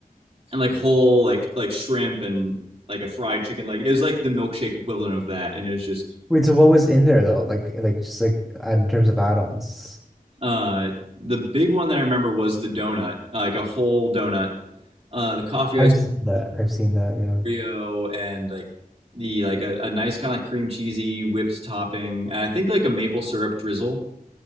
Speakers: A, on the right; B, in the centre.
A: and like whole like like shrimp and like a fried chicken. Like it was like the milkshake equivalent of that, and it was just
B: wait, so what was in there though? Like like just like in terms of add-ons.
A: uh, the big one that I remember was the donut, uh, like a whole donut, uh, the coffee
B: I've
A: ice
B: seen that. I've seen that, yeah.
A: Oreo, and like the like a, a nice kind of like cream cheesy whipped topping. And I think like a maple syrup drizzle